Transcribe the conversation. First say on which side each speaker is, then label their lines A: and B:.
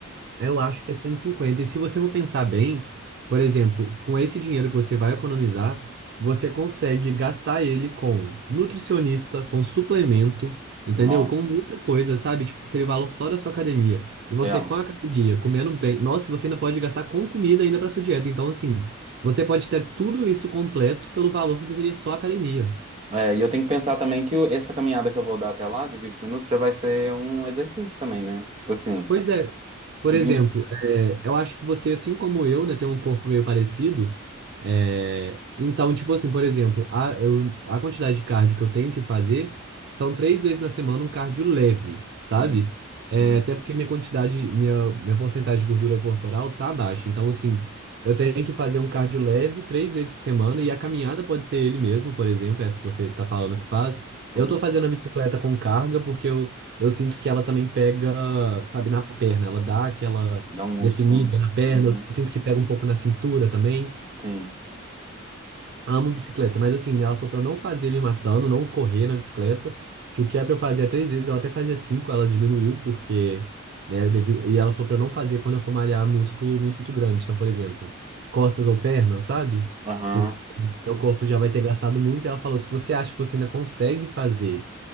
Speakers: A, on the right (about 55°); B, on the right (about 30°).
A: Eu acho que é 150. E cinquenta. E se você for pensar bem, por exemplo, com esse dinheiro que você vai economizar, você consegue gastar ele com nutricionista, com suplemento, entendeu?
B: Nó.
A: Com muita coisa, sabe? Tipo, que seria o valor só da sua academia. E você
B: Real.
A: com a academia, comendo bem, nossa, você ainda pode gastar com comida ainda para sua dieta. Então, assim, você pode ter tudo isso completo pelo valor que você teria só a academia.
B: É, e eu tenho que pensar também que o- essa caminhada que eu vou dar até lá, de vinte minutos, já vai ser um exercício também, né? Tipo assim,
A: Pois é, por
B: 20
A: exemplo, é, eu acho que você, assim como eu, né, tem um corpo meio parecido. É, então, tipo assim, por exemplo, a, eu, a quantidade de cardio que eu tenho que fazer são três vezes na semana um cardio leve, sabe?
B: Uhum,
A: É,
B: uhum,
A: até porque minha quantidade, minha, minha porcentagem de gordura corporal tá baixa. Então, assim, eu tenho que fazer um cardio leve três vezes por semana e a caminhada pode ser ele mesmo, por exemplo, essa que você tá falando que faz. Eu
B: uhum.
A: tô fazendo a bicicleta com carga porque eu eu sinto que ela também pega, sabe, na perna. Ela dá aquela
B: Dá um músculo,
A: definida
B: né?
A: na perna.
B: Uhum,
A: Eu sinto que pega um pouco na cintura também.
B: sim.
A: Amo bicicleta, mas assim, ela falou pra eu não fazer me matando, não correr na bicicleta, que o que é pra eu fazer é três vezes, eu até fazia cinco, ela diminuiu, porque, né, devido- e ela falou pra eu não fazer quando eu for malhar músculo muito grande, então, por exemplo, costas ou pernas, sabe?
B: Aham.
A: Porque meu corpo já vai ter gastado muito, e ela falou, se você acha que você ainda consegue fazer